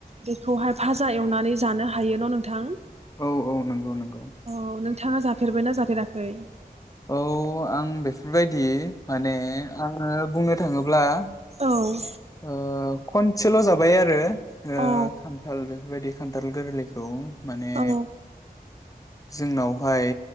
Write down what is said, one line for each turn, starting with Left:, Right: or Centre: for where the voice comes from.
Right: बेखौहाय। फाजा एवनानै जानो हायो न नोंथां।
Left: औ औ नोंगौ नोंगो
Right: अ नोंथाङा जाफ फेरबायना जाफेराखै?
Left: औ आं बेफोरबायदि माने आङो बुंनो थाङोब्ला।
Right: औ।
Left: ओ खनसेल जाबाय आरो। ओ
Right: औ
Left: खान्थाल बेफोरबायदि। खान्थाल गोरलैखौ। माने।
Right: औ
Left: जोंनावहाय